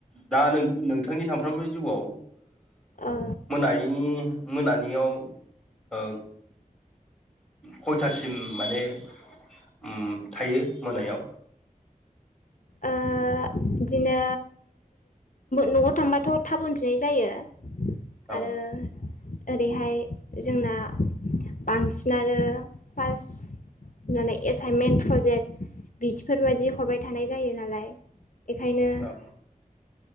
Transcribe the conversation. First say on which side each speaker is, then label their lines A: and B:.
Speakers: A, in the centre; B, on the left.
A: दा नों नोंथांनि सानफ्रोमबो जिउआव ओ
B: ओ
A: मोनायिनि मोना नियाव ओ खयथासिम माने ओम थायो मोनायाव
B: ओ बिदिनो न'आव थांबाथ' थाबो उन्दुनाय जायो।
A: औ
B: आरो ओरैहाय जोंना बांसिनानो फस होननानै एसाइनमेन्ट प्रजेक्ट बिदिफोर बाददि हरबाय थानाय जायो नालाय बेखायनो
A: औ